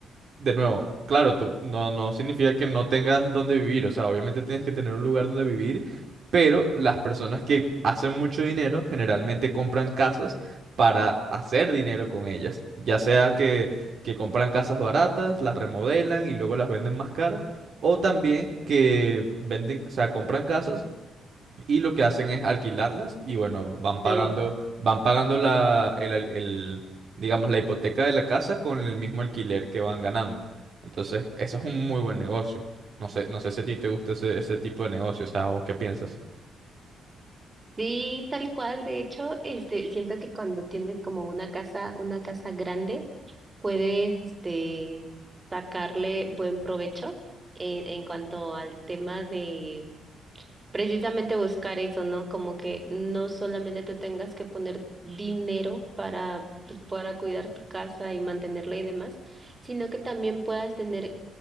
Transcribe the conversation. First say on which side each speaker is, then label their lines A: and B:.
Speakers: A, on the right; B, on the right.
A: de nuevo, claro, tú no, no significa que no tengas dónde vivir, o sea, obviamente tienes que tener un lugar donde vivir, pero las personas que hacen mucho dinero generalmente compran casas para hacer dinero con ellas, ya sea que, que compran casas baratas, las remodelan y luego las venden más caras, o también que venden, o sea, compran casas y lo que hacen es alquilarlas y bueno, van pagando,
B: sí.
A: van pagando la, el, al- el, digamos, la hipoteca de la casa con el mismo alquiler que van ganando. Entonces, eso es un muy buen negocio. No sé, no sé si a ti te gusta ese, ese tipo de negocio, o sea, o qué piensas.
B: Sí, tal cual. De hecho, este, siento que cuando tienes como una casa, una casa grande, puedes, este, sacarle buen provecho en, en cuanto al tema de precisamente buscar eso, ¿no? Como que no solamente tú tengas que poner dinero para, pues, para cuidar tu casa y mantenerla y demás, sino que también puedas tener